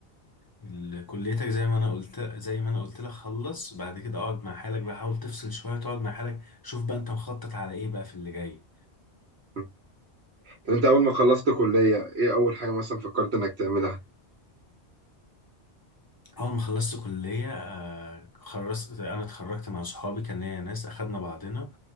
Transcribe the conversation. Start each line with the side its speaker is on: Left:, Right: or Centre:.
Left: ال- كليتك زي ما انا قلت زي ما انا قلت لك خلص بعد كده اقعد مع حالك بقى حاول تفصل شويه تقعد مع حالك شوف بقى انت مخطط على ايه بقى في اللي جاي
Right: مم. طب انت اول ما خلصت كليه ايه اول حاجه مثلا فكرت انك تعملها
Left: اول ما خلصت كليه آه، خلصت انا اتخرجت مع صحابي كان ليا ناس اخدنا بعضنا